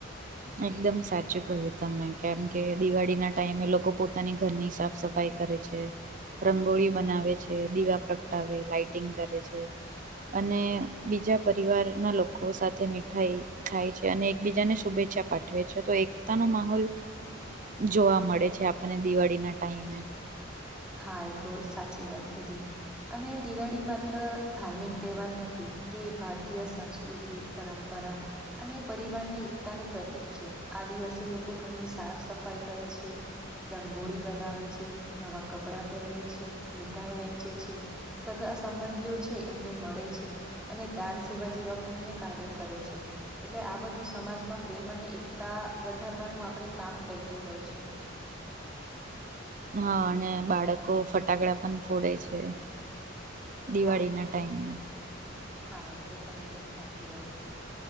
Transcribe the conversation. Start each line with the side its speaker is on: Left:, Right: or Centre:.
Right: એકદમ સાચું કહ્યું તમે કેમ કે દિવાળી ના ટાઈમે લોકો પોતાની ઘરની સાફ સફા સફાઈ કરે છે, રંગોળી બનાવે છે, દીવા પ્રગટાવે, લાઇટિંગ કરે છે. અને બીજા પરિવારના લોકો સાથે મીઠાઈ ખાય છે અને એકબીજાને શુભે ચ્છા પાઠવે છે તો એકતા નો માહોલ જોવા મળે આપને દિવાળી ના ટાઈમે.
Centre: હા, એ તો સાચી વાત કીધી. અને દિવાળી માત્ર ધાર્મિક તહેવાર નથી તે ભારતીય સંસ્કૃતિ પરંપરા અને પરિવારની એકતાનું પ્રતિક છે. આ દિવસ જે લોકો ઘરની સાફ સફાઈ કરે છે, રંગોળી બનાવે છે, નવા કપડાં પહેરે છે, મીઠાઈ વેંચે છે. સગા સંબંધીઓ છે એમને મળે છે. અને દાન સેવા જેવા પુણ્ય કાર્યો કરે છે. એટલે આ બધું સમાજમાં પ્રેમ અને એકતા વધારવાનું આપણે કામ કરતું હોય છે.
Right: હા અને બાળકો ફટાકડા પણ ફોડે છે. દિવાળી
Centre: હા
Right: ના ટાઈમમાં.
Centre: હા, એ તો તમે સાચી વાત કીધી.